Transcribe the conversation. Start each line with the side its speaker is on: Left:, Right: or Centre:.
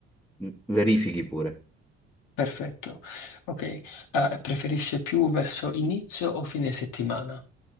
Centre: Mm, Verifichi pure.
Left: Perfetto. Ok, Eh, preferisce più verso inizio o fine settimana?